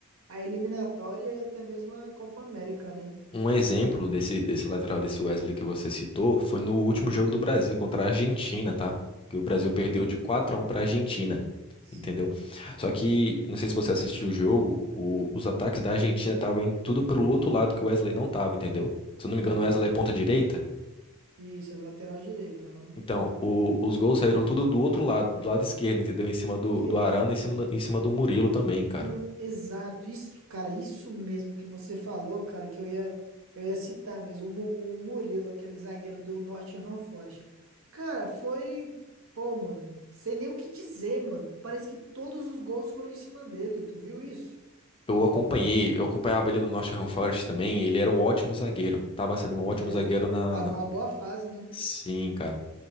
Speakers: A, on the right; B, on the left.
A: a eliminatória e até mesmo a Copa América, né?
B: Um exemplo desse, desse lateral, desse Wesley que você citou, foi no último
A: Hum,
B: jogo do Brasil contra a Argentina, tá? Que o Brasil
A: hum,
B: perdeu de 4 a um para a Argentina,
A: sim.
B: entendeu? Só que, não sei se você assistiu o jogo, o- os ataques da Argentina estavam indo tudo pelo outro lado que o Wesley não tava, entendeu? Se eu não
A: Aham.
B: me engano, o Wesley é ponta direita.
A: Isso, é lateral direito, aham.
B: Então, o- os gols saíram tudo do outro lado, do lado esquerdo, entendeu? Em cima do,
A: E,
B: do Arana, em cima do, em cima do Murilo também, cara.
A: e o, exato, isso, cara, isso mesmo que você falou, cara, que eu ia, eu ia citar mesmo, o, Mu- o Murilo, aquele zagueiro do Nottingham Forest. Cara, foi, pô, mano, sem nem o que dizer, mano. Parece que todos os gols foram em cima dele, tu viu isso?
B: Eu acompanhei, eu acompanhava ele no Nottingham Forest também, ele era um ótimo zagueiro. Tava sendo um ótimo
A: É,
B: zagueiro na...
A: tava uma boa fase, né?
B: Sim, cara.